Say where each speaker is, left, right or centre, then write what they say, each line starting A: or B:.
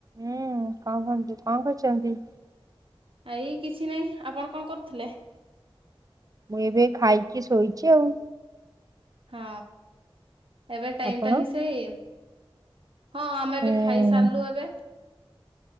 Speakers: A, on the right; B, on the right.
A: ହୁଁ କଣ କୁହନ୍ତ କଣ କରଛନ୍ତି?
B: ଏଇ କିଛି ନାଇଁ ଆପଣ କଣ କରୁଥିଲେ?
A: ମୁଁ ଏବେ ଖାଇକି ଶୋଇଛି ଆଉ।
B: ହଁ ଏବେ ଟାଇମ
A: ଆପଣ?
B: ଟା ହିଁ ସେଇ ହଁ ଆମେ
A: ହୁଁ
B: ବି ଖାଇ ସାରିଲୁ ଏବେ